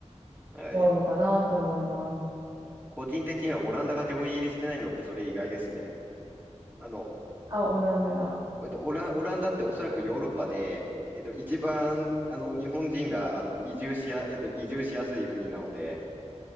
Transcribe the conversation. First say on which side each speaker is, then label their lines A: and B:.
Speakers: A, on the right; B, on the right.
A: はい。
B: 多いのかなと思います。
A: 個人的にはオランダが上位入りしてないのって、それ意外ですね。あの、
B: あ、オランダが。
A: えっと、オラ、オランダっておそらくヨーロッパで、えっと、一番、あの、日本人が、あの、移住しや、えっと、移住しやすい国なので、